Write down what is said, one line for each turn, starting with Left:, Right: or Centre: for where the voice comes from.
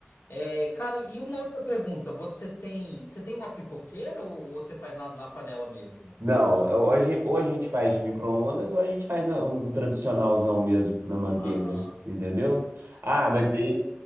Left: É, cara, e uma outra pergunta, você tem, você tem uma pipoqueira ou, ou você faz na, na panela mesmo?
Right: Não, Hoje ou a gente faz de micro-ondas ou a gente faz na- no, tradicionalzão mesmo, na manteiga.
Left: Aham.
Right: Entendeu? Ah, mas
Left: Pô, cara,
Right: aí